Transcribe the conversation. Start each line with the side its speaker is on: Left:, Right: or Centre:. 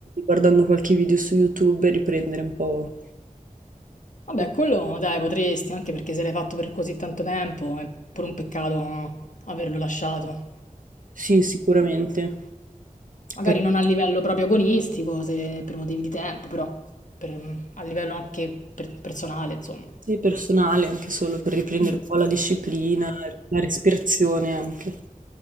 Right: Guardando qualche video su YouTube e riprendere un po'.
Left: Vabbè,
Right: que-
Left: quello dai, potresti, anche perché se l'hai fatto per così tanto tempo è pure un peccato no, averlo lasciato.
Right: Sì, sicuramente.
Left: Magari
Right: Poi
Left: non a livello proprio agonistico, se per motivi di tempo, però per- a livello anche per- personale, insomma.
Right: sì, personale, anche solo per riprendere
Left: Mm.
Right: un po' la disciplina, la respirazione anche.